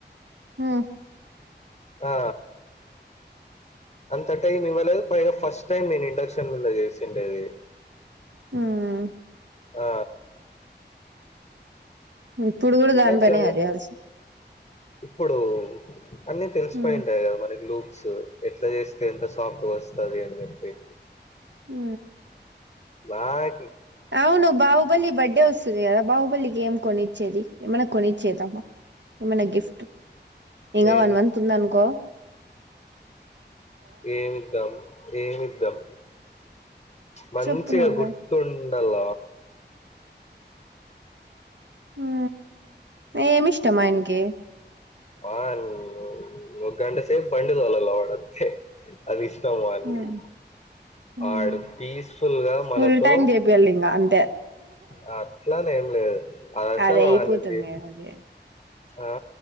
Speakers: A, on the right (about 80°); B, on the left (about 35°).
A: మ్మ్
B: ఆ అంత టైమ్ ఇవ్వలేదు పైగా ఫస్ టైమ్ నేను ఇండక్షన్లో చేసిండేది
A: హ్మ్
B: ఆ
A: ఇప్పుడు కూడా
B: ఇండక్షన్‌ల
A: దానిపైనేగా చేయాల్సి
B: ఇప్పుడు అన్నీ తెలిసిపోయింటాయి
A: మ్మ్
B: కదా మనకి లూప్సు ఎట్ల చేస్తే ఎంత సాఫ్ట్గా వస్తది అని చెప్పి
A: ఉ
B: బాయ్
A: అవును బావు బల్లి బర్త్డే వస్తుంది కదా బాహుబలికి ఏం కొనిచ్చేది ఏమన్నా కొనిచ్చేదామ్మా ఏమన్న గిఫ్ట్ ఇంకా
B: ఏమి
A: వన్ మంత్ ఉంది అనుకో
B: ఏమిద్దాం ఏమిద్దం మంచిగా
A: చెప్పు నువ్వే
B: గుర్తుండల్ల
A: ఊ ఏం ఇష్టం ఆయనకి
B: వాన్ ఒక గంటసేపు బండి తోలల్ల వాడు అంతే అది ఇష్టము వానికి
A: మ్మ్. మ్మ్.
B: ఆడు పీస్ఫుల్ గా మనతో
A: ఫుల్ టైం చేపియాలి ఇంకా అంతే
B: ఆ అట్లా అని ఏం లేదు అస్సలు
A: అది అయిపోతుంది
B: వానికి
A: అది
B: ఆ